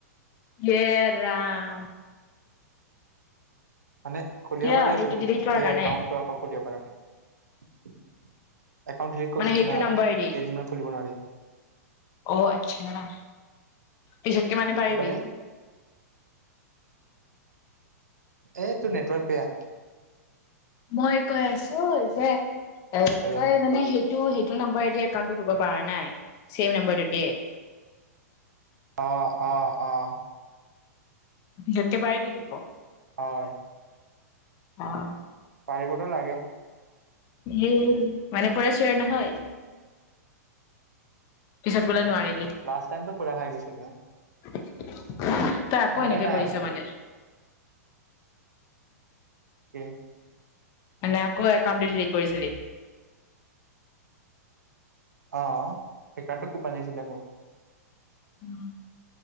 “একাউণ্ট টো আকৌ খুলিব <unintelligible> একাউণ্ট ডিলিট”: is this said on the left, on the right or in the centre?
Right